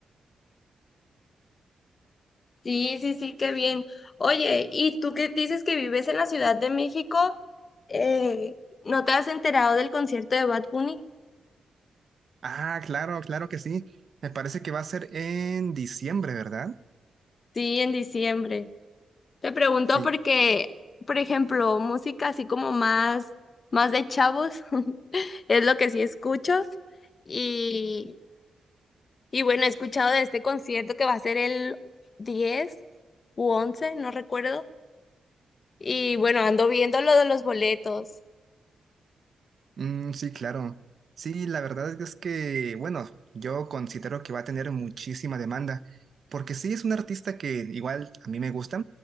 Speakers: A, on the left; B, on the right.
A: Sí, sí, sí, qué bien. Oye, ¿y tú que dices que vives en la Ciudad de México? Eh, ¿no te has enterado del concierto de Bad Bunny?
B: Ah, claro, claro que sí. Me parece que va a ser en diciembre, ¿verdad?
A: Sí, en diciembre. Te pregunto
B: Sí,
A: porque, por ejemplo, música así como más, más de chavos, <laughs> es lo que sí escucho. Y, y bueno, he escuchado de este concierto que va a ser el 10 u 11, no recuerdo. Y bueno, ando viendo lo de los boletos.
B: Mm, sí, claro. Sí, la verdad es que, bueno, yo considero que va a tener muchísima demanda, porque sí es un artista que igual a mí me gusta,